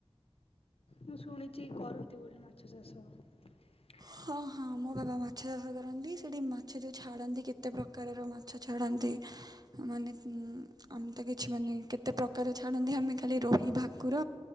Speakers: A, on the left (about 70°); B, on the right (about 40°).
A: ମୁଁ ଶୁଣିଛି କରନ୍ତି ବୋଲି ମାଛ ଚାଷ ହ <unintelligible>
B: ହଁ ହଁ ମୋ ବାପା ମାଛ ଚାଷ କରନ୍ତି ସେଇଠି ମାଛ ଯେଉଁ ଛାଡ଼ନ୍ତି କେତେ ପ୍ରକାରର ମାଛ ଛାଡ଼ନ୍ତି ମାନେ ଉଁ ଆମେ ତ କିଛି ମାନେ କେତେ ପ୍ରକାର ଛାଡ଼ନ୍ତି ଆମେ ଖାଲି ରୋହି ଭାକୁର